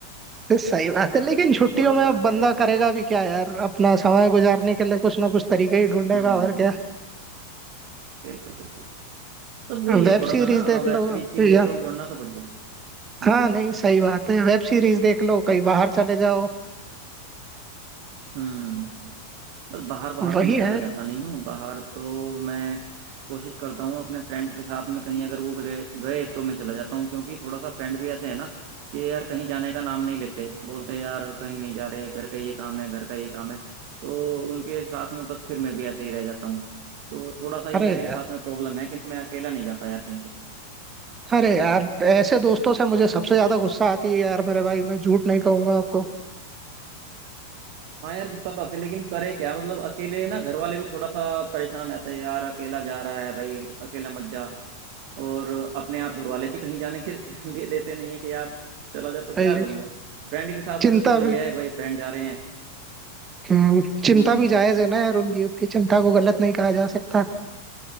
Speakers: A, on the right (about 20°); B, on the right (about 45°).
A: तो सही बात
B: तो
A: है लेकिन
B: ये
A: छुट्टियों
B: थोड़ा
A: में
B: सा
A: अब बंदा
B: है
A: करेगा भी क्या यार अपना समय गुजारने के लिए कुछ ना कुछ तरीके ही ढूंढेगा
B: हम्म
A: और क्या
B: बिल्कुल बिल्कुल बस वही है
A: वेब
B: थोड़ा
A: सीरीज
B: सा ना
A: देख
B: वेब
A: लो
B: सीरीज के लिए
A: या
B: तो वरना तो बढ़िया है हम्म
A: हाँ नहीं सही बात है वेब सीरीज देख लो कहीं बाहर चले जाओ
B: हम्म बस बाहर बाहर
A: वही
B: तो मैं ज़्यादा
A: है
B: जाता नहीं हूँ बाहर तो मैं कोशिश करता हूँ अपने फ्रेंड्स के साथ में कहीं अगर वो गए गए तो मैं चला जाता हूँ क्योंकि थोड़ा सा फ्रेंड भी ऐसे है ना कि यार कहीं जाने का नाम नहीं लेते बोलते हैं, यार कहीं नहीं जा रहे घर का ये काम है घर का ये काम है तो उनके साथ में बस फिर मैं भी ऐसे ही रह जाता हूँ तो थोड़ा सा ये
A: अरे
B: मेरे
A: यार
B: साथ में प्रॉब्लम है कि मैं अकेला नहीं जाता यार कहीं पे
A: अरे यार ऐसे दोस्तों से मुझे सबसे ज्यादा गुस्सा आती है यार मेरे भाई मैं झूठ नहीं कहूंगा आपको
B: हाँ यार गुस्सा तो आते लेकिन करे क्या मतलब अकेले ना घर वाले भी थोड़ा सा परेशान रहते हैं यार अकेला जा रहा है भाई अकेला मत जा और अपने आप घर वाले भी कहीं जाने के <laughs> लिए देते नहीं है कि यार चला जा तो
A: ये
B: क्या करूं मैं फ्रेंड के साथ
A: चिंता
B: में तो चलो
A: भी
B: ये है भाई फ्रेंड जा रहे हैं
A: हम्म, चिंता
B: हम्म
A: भी जायज है ना यार उनकी उनकी चिंता को गलत नहीं कहा जा सकता